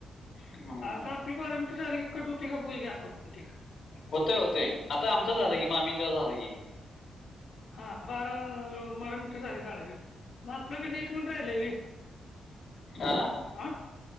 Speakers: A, on the left; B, on the left.
A: हम <unintelligible>
B: आ तर आपली बारमिटी सारीखी कटोती का बघ घे ॲटोमॅटिक <unintelligible>
A: होते होते आता आमचं झालं कि मामीच्या झालं की <unintelligible>
B: हां बारा बारा मिनिटर झाले मगं आपलं कधी एक मिनिट राहिलं रे <unintelligible>
A: आ <unintelligible>
B: हं